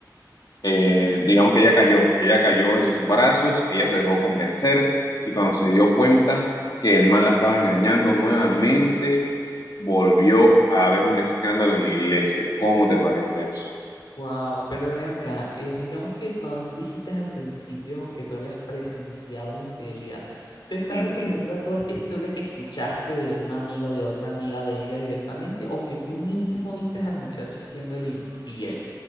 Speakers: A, on the left; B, on the left.
A: eh, digamos que ella cayó, ella cayó en sus brazos, ella se dejó convencer y cuando se dio cuenta que el man la estaba engañando nuevamente, volvió a haber un escándalo en la iglesia. ¿Cómo te parece eso?
B: Wow, pero ven acá, eh, digamos que cuando tú dijiste al principio que tú habías presenciado la infidelidad, ¿te estás
A: Ujú.
B: refiriendo a toda esta historia que escuchaste de un amigo, de otra amiga de ella directamente, o que tú mismo viste al muchacho siendo el infiel?